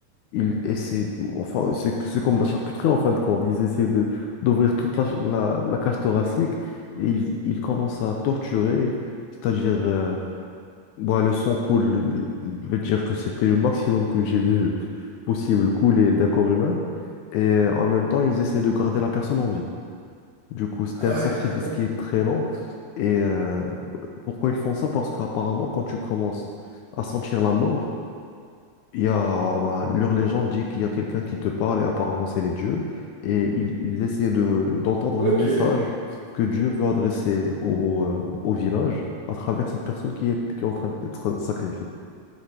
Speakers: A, on the left; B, on the right.
A: il essaie, enfin c'est c'est comme la charcuterie en fin de compte, ils essaient de d'ouvrir toute la, la, la cage thoracique et ils ils commencent à torturer, c'est-à-dire euh, bah, le sang coule, je vais te dire que c'était le maximum que j'ai vu <laughs> possible couler d'un corps humain. Et euh, en même temps, ils essaient de garder la personne en vie. Du coup, c'était
B: Ah
A: un sacrifice
B: ouais, carrément.
A: qui est très long. Et euh, pourquoi ils font ça? Parce qu'apparemment, quand tu commences à sentir la mort, il y a ben, leur légende dit qu'il y a quelqu'un qui te parle et apparemment c'est les dieux. Et ils, ils essaient de, d'entendre
B: Ok,
A: le message que Dieu veut adresser au, euh, au village à travers cette personne qui est, qui est en train d'être sacrifiée.